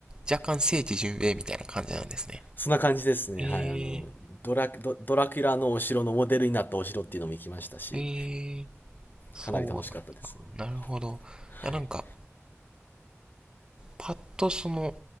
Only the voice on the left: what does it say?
そんな感じですね。
はい、あの、ドラ、ド、ドラキュラのお城のモデルになったお城っていうのも行きましたし、
かなり楽しかったですね。
はい。